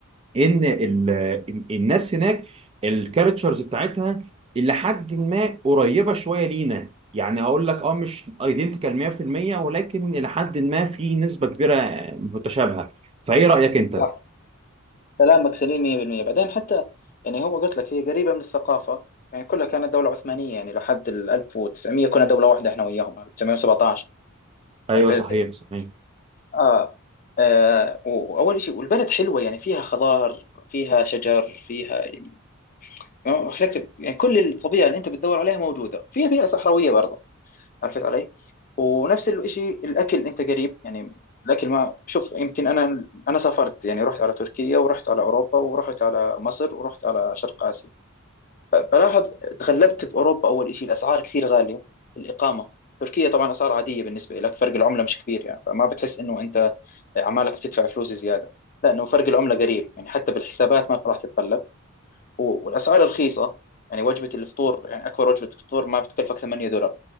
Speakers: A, on the right (about 25°); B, on the left (about 40°).
A: ان ال ال- الناس هناك الكاركترز بتاعتها الى حد ما قريبه شويه لينا يعني اقول لك اه مش ايدنتيكال 100% ولكن الى حد ما في نسبه كبيره متشابهه فايه رايك انت
B: صح كلامك سليم 100% بعدين حتى يعني هو قلت لك هي قريبة من الثقافة يعني كلها كانت دولة عثمانية يعني لحد ال 1900 كنا دولة واحدة احنا وياهم 1917
A: ايوه
B: عرفت؟
A: صحيح صحيح
B: اه, آه واول شيء والبلد حلوة يعني فيها خضار فيها شجر فيها يعني وحلك- يعني كل الطبيعة اللي انت بتدور عليها موجودة فيها بيئة صحراوية برضه عرفت علي؟ ونفس الشيء الاكل انت قريب يعني الاكل ما شوف يمكن انا انا سافرت يعني رحت على تركيا ورحت على اوروبا ورحت على مصر ورحت على شرق اسيا صراحة تغلبت بأوروبا أول شيء الأسعار كثير غالية الإقامة تركيا طبعا أسعار عادية بالنسبة لك فرق العملة مش كبير يعني فما بتحس إنه أنت عمالك بتدفع فلوس زيادة لأنه فرق العملة قريب يعني حتى بالحسابات ما راح تتقلب و- والأسعار رخيصة يعني وجبة الفطور يعني أكبر وجبة فطور ما بتكلفك 8 دولار